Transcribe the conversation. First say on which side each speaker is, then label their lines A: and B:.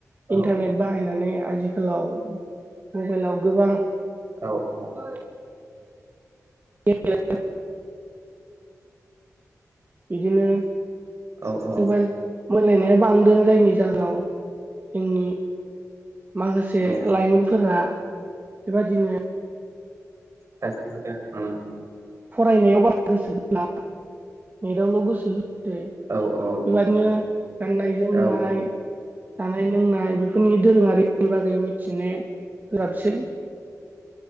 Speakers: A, on the right; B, on the right.
A: औ
B: इन्टारनेट बाहायनानै आजिखालाव मबाइलाव गोबां आरो
A: औ
B: द <unintelligible> बिदिनो
A: औ औ
B: मबाइल मोनलायनाया बांदों जायनि जाहाव जोंनि माखासे
A: नंगौ
B: लाइमोनफोरा बेबादिनो
A: सासा <unintelligible>
B: फरायनायाव बारा गोसो होला नेटआवल' गोसो हो सै
A: औ औ
B: बेबदिनो गाननाय जोमनाय
A: औ
B: जानाय लोंनाय बेफोरनि दोरोङारिनि बागै मिथिनो गोब्राबसै